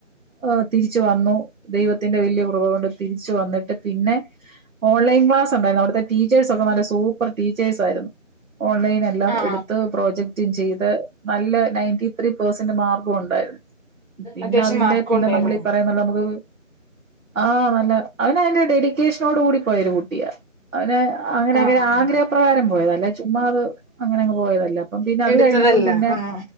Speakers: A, on the right; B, on the right.
A: ഏ തിരിച്ച് വന്നു ദൈവത്തിൻ്റെ വലിയ കൃപ ക്കൊണ്ട് തിരി വന്നിട്ട് പിന്നെ ഓൺലൈൻ ക്ലാസ് ണ്ടായിരുന്നു അവിടുത്തെ ടീച്ചേഴ്സ് ഒക്കെ നല്ല സൂപ്പർ ടീച്ചേഴ്സ് ആയിരുന്നു ഓൺലൈൻ എല്ലാം
B: ആഹ്
A: എടുത്ത് പ്രൊജക് റ്റു ഉം ചെയ്ത് നല്ല നയൻറ്റിത്ത്രി പേഴ്സെൻ്റേജ് മാർക്കും ഉണ്ടായിരുന്നു പിന്നെ
B: അത്യാവശ്യം
A: അതിൻ്റെ
B: മാർക്കും
A: പിന്നെ
B: ഉണ്ടായിരുന്നു
A: നമ്മള് പറയുന്ന പോലെ നമുക്ക് ആ നല്ല അവൻ അയിൻ്റെ ഡെഡിക്കേഷൻ ഓടു കൂടി പോയൊരു കുട്ടിയാ അവന് അങ്ങനെ
B: ആഹ്
A: അങ്ങനെ ആഗ്രഹ പ്രകാരം പോയതാ അല്ലാതെ ചുമ്മത് അങ്ങനെ അങ്ങ് പോയതല്ല അപ്പം പിന്നെ അത്
B: എടുത്തതല്ല
A: കഴിഞ്ഞപ്പോ പിന്നെ
B: ആഹ്